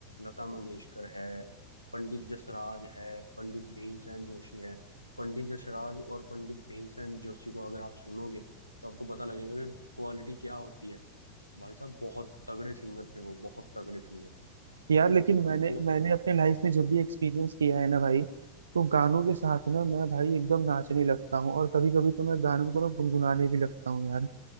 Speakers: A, on the right; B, on the right.
A: लता मंगेशकर है पंडित जसराज है पंडित भीमसेन जोशी है पंडित जसराज और पंडित भीमसेन जोशी को अगर आप सुनोगे तो आपको पता लगेगा कि क्वालिटी क्या होती है भाई साहब बहुत तगड़े सिंगर थे वो बहुत तगड़े सिंगर
B: यार
A: मतलब
B: लेकिन मैंने
A: वो
B: मैंने अपने लाइफ में जब भी एक्सपीरियंस किया है ना भाई तो गानों के साथ ना मैं भाई एकदम नाचने लगता हूँ और कभी कभी तो मैं गानों को ना गुनगुनाने भी लगता हूँ यार